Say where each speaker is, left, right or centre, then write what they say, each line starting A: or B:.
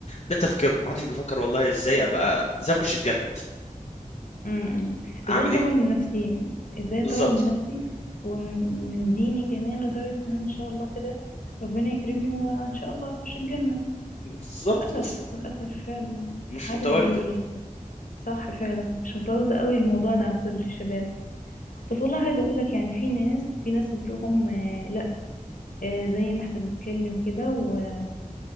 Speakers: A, on the left; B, on the left.
A: ده تفكيرهم ما حدش بيفكر والله ازاي ابقى ازاي اخش الجنه مثلا
B: امم
A: اعمل
B: ازاي اطور
A: ايه
B: من نفسي ازاي
A: بالظبط
B: اطور من نفسي ومن من ديني كمان لدرجة ان أنا ان شاء الله كده ربنا يكرمني وان شاء الله اخش الجنة
A: بالظبط
B: للاسف
A: بس
B: للاسف فعلا
A: مش
B: محدش
A: متواجد
B: بي صح فعلا مش متواجدة قوي الموضوع ده عن كل الشباب بس والله عايزة اقول لك يعني في ناس في ناس بتروحهم آه، لا آه، زي ما احنا بنتكلم كده و-